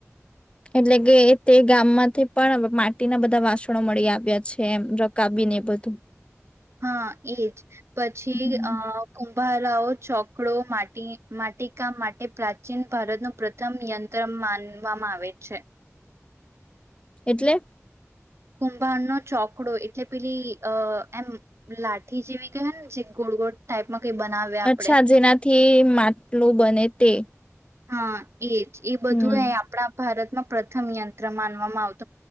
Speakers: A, on the left (about 20°); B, on the right (about 60°).
A: એટલે કે તે ગામમાંથી પણ માટીના બધા વાસણો મળી આવ્યા છે એમ રકાબીને બધું
B: હા એજ પછી
A: હમ
B: અ ભારાઓ ચોકડો માટી માટી કામ માટે પ્રાચીન ભારતનું પ્રથમ યંત્ર માનવામાં આવે છે
A: એટલે
B: કુંભાર નો ચોકડો એટલે પેલી અ એમ લાઠી જેવી કહે ને જે ગોળ ગોળ ટાઈપમાં કઈ બનાવે આપડે
A: અચ્છા જેનાથી માટલું બને તે
B: હા એજ એ બધું
A: હમ
B: એ આપણા ભારત પ્રથમ યંત્ર માનવામાં આવતા